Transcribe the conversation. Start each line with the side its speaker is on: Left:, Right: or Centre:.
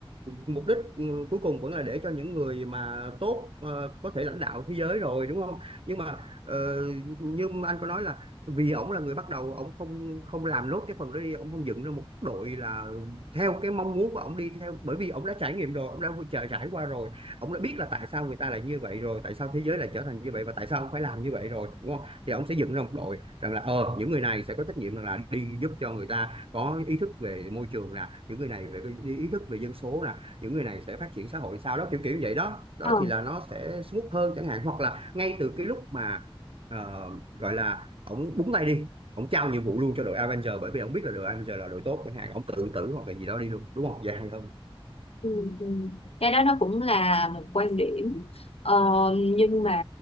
Right: mục đích ừ, cuối cùng vẫn là để cho những người mà tốt ờ, có thể lãnh đạo thế giới rồi đúng không nhưng mà ờ, như anh có nói là vì ổng là người bắt đầu ổng không không làm nốt cái phần đó đi ổng không dựng ra một đội là theo cái mong muốn của ông đi theo bởi vì ông đã trải nghiệm rồi ông đã trải trải qua rồi ông đã biết là tại sao người ta lại như vậy rồi tại sao thế giới lại trở thành như vậy và tại sao ông phải làm như vậy rồi đúng không thì ông sẽ dựng ra một đội rằng là ờ những người này sẽ có trách nhiệm rằng là đi giúp cho người ta có ý thức về môi trường nè những người này về cái ý thức về dân số nè những người này sẽ phát triển xã hội sao đó kiểu kiểu như vậy đó đó
Left: Ờ.
Right: thì là nó sẽ smooth hơn chẳng hạn hoặc là ngay từ cái lúc mà ờ, gọi là ổng búng tay đi ông trao nhiệm vụ luôn cho đội Avenger bởi vì ông biết là đội Avenger là đội tốt chẳng hạn ông tự tử hoặc là gì đó đi luôn đúng không dài hơn
Left: Ừ, ừ. Cái đó nó cũng là một quan điểm ờ, nhưng mà